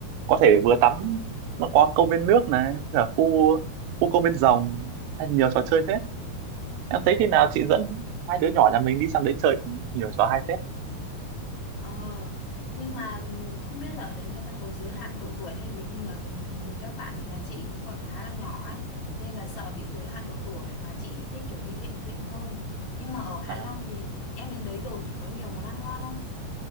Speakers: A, on the right; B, on the left.
A: có thể vừa tắm nó có công viên nước này với cả khu khu công viên rồng hay nhiều trò chơi
B: ừ,
A: hết em thấy khi nào
B: ừ.
A: chị dẫn hai đứa nhỏ nhà mình đi sang đấy chơi cũng nhiều trò hay phết
B: Ờ, nhưng mà không biết là ở đấy người ta có giới hạn độ tuổi hay gì không nhở Vì vì các bạn nhà chị cũng còn khá là nhỏ ấy, nên là sợ bị giới hạn độ tuổi mà chị lại thích kiểu đi vịnh vịnh hơn. Nhưng mà ở Hạ
A: à,
B: Long thì em đến đấy rồi thì có nhiều món ăn ngon không?